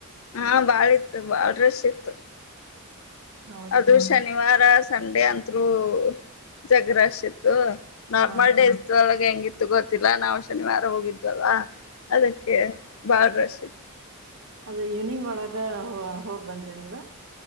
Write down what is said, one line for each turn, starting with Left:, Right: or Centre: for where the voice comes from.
Left: ಹಾ ಬಾಳ್ ಇತ್ತ ಬಾಳ್ ರಶ್ ಇತ್ತ.
Right: ಹೌದಾ
Left: ಅದು ಶನಿವಾರ ರ ಸಂಡೆ ಅಂತ್ರು ಜಗ್ ರಶ್ ಇತ್ತು. ನಾರ್ಮಲ್
Right: ಹಾ ಹಾ
Left: ಡ್ರೇಸದ್ ಒಳಗ್ ಹೆಂಗಿ ತ್ತು ಗೊತ್ತಿಲ್ಲ ನಾವು ಶನಿವಾರ ಹೋಗಿದ್ವಲ್ ಅದಕ್ಕೆ ಬಾಳ್ ರಶ್ ಇತ್ತು
Right: ಅದೇ ಇವ್ನಿಂಗ್ ಒಳಗ ಹೋ ಹೋಗಿ ಬಂದ್ರ್ಯ ನೀವ.